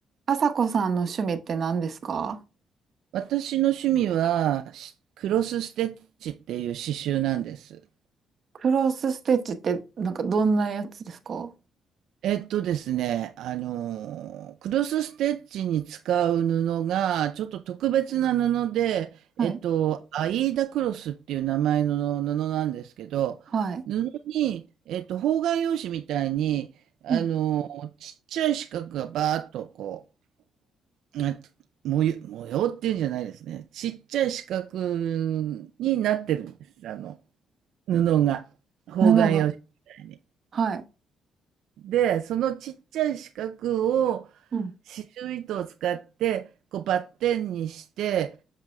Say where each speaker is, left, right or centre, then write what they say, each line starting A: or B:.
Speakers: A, on the right (about 50°); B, on the right (about 75°).
A: あさこさんの趣味って何ですか
B: 私の趣味は、しクロスステッチっていう刺繍なんです。
A: クロスステッチってなんかどんなやつですか
B: えっとですね、あのー、クロスステッチに使う布が、ちょっと特別な布で、
A: はい。
B: えっと、アイーダクロスっていう名前の布なんですけど、
A: はい。
B: 布に、えっと、方眼用紙みたいに、あのー、
A: うん。
B: ちっちゃい四角がバーっとこう、あ模様、模様っていうんじゃないですね。ちっちゃい四角になってるんです。あの、布が、方眼用紙みたいに。
A: 布が。はい。
B: で、そのちっちゃい四角を
A: うん。
B: 刺繍糸を使って、こうバッテンにして、